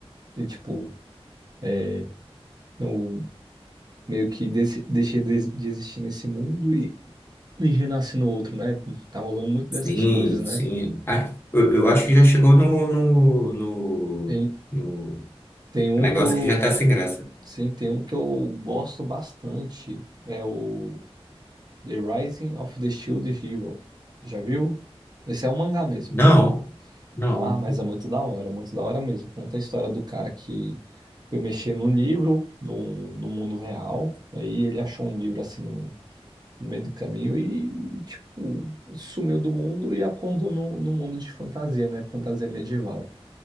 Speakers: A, on the right (about 40°); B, on the left (about 20°).
A: de, tipo, é, no, meio que desse, deixa de, de existir nesse mundo e, e renasce no outro, né? Tá rolando muito dessas
B: Sim,
A: coisas, né?
B: sim. Ah, eu, eu acho que já chegou no, no, no,
A: Tem,
B: no
A: tem um
B: negócio
A: que eu.
B: que já tá sem graça.
A: Sim, tem um que eu gosto bastante. É o The Rising of the Shield Hero. Já viu? Esse é um mangá mesmo.
B: Não, não.
A: Ah, mas é muito da hora, muito da hora mesmo. Conta a história do cara que foi mexer no livro, no, no mundo real. Aí ele achou um livro assim no, no meio do caminho e, tipo, sumiu do mundo e acordou no, no mundo de fantasia, né? Fantasia medieval.